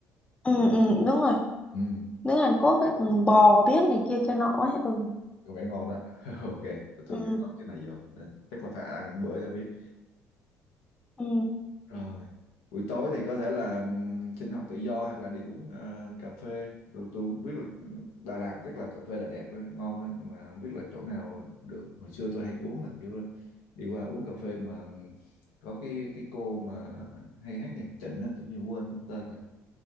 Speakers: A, on the left; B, on the left.
A: ừ ừ đúng rồi
B: ừ
A: nướng Hàn Quốc ấy ừ, bò biết này kia kia nọ ấy ừ
B: có vẻ ngon đó <laughs> ok tôi
A: ừ
B: ghi có cái này vô chắc là phải ăn bữa cho biết
A: ừ
B: rồi buổi tối thì có thể là ừm, sinh hoạt tự do hoặc là đi uống ờ, cà phê tôi tôi không biết là Đà Lạt rất là cà phê là đẹp đó, ngon á nhưng mà không biết là chỗ nào được hồi xưa tôi hay uống là kiểu đi qua uống cà phê mà ừm, có cái cái cô mà hay hát nhạc Trịnh á tự nhiên quên mất tên rồi